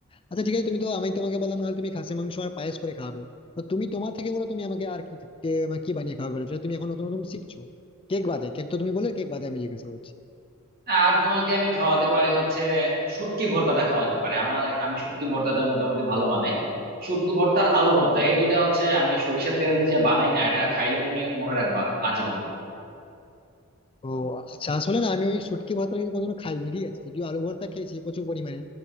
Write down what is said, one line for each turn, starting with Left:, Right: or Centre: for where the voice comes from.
Left: আচ্ছা ঠিক আছে তুমি তো আমি তোমাকে বললাম নাহলে তুমি খাসি মাংস আর পায়েস করে খাবে তো তুমি তোমার থেকে বলো তুমি আমাকে আর কি তে- মানে কি বানিয়ে খাবে বলো যেটা তুমি এখন নতুন নতুন শিখছো কেক বাদে কেক তো তুমি বলে কেক বাদে আমি জিজ্ঞাসা করছি
Right: আর তোমাকে আমি খাওয়াতে পারি হচ্ছে শুটকি ভর্তাটা খাওয়াতে পারি আমার আমি শুটকি ভর্তাটা মোটামুটি ভালো বানাই শুটকি ভর্তা আর আলু ভর্তা এই দুইটা হচ্ছে আমি সরিষার তেল দিয়ে যে বানাই না এটা খাইলে তুমি মনে রাখবা আজীবন
Left: ও আচ্ছা আসলে না আমি ওই শুটকি ভর্তা কিন্তু কোনোদিনও খাইনি ঠিক আছে যদিও আলু ভর্তা খেয়েছি প্রচুর পরিমাণে